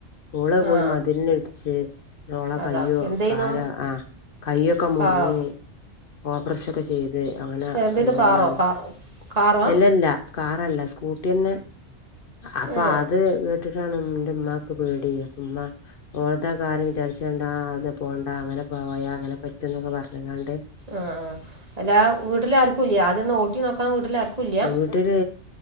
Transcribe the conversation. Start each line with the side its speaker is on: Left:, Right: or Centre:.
Left: ഓള്
Right: ആ
Left: പോയി
Right: ആ
Left: മതിൽന് ഇടിച്ച് ഓളെ
Right: അതാ
Left: കയ്യോ
Right: എന്ത് ചെയ്യുന്നു
Left: കാലോ ആ കയ്യൊക്കെ മുറിഞ്ഞ്
Right: കാറോ
Left: ഓപ്പറേഷൻ ഒക്കെ ചെയ്ത് അങ്ങനെ
Right: എന്ത് ചെയ്യുന്നു
Left: എന്തോ
Right: കാറോ
Left: മാതി
Right: കാ കാറാ
Left: എല്ലല്ല കാറല്ല സ്കൂട്ടെന്നെ അപ്പൊ
Right: ഏ
Left: അത് കേട്ടിട്ട് ന്റെ ഉമ്മാക്ക് പേടി ഇമ്മ ഓൾതകാര്യം വിചാരിച്ചാണ്ട് അത് പോണ്ട അങ്ങനെ പോണ്ടാ പോയാ അങ്ങനെ പറ്റുനൊക്കെ പറഞ്ഞ്കാണ്ട്
Right: ആ ആ അല്ല വീട്ടിൽ ആർക്കുല്ലേ ആദ്യം ഒന്ന് ഓട്ടി നോക്കാൻ വീട്ടിലാർക്കുല്ല
Left: വീട്ടില്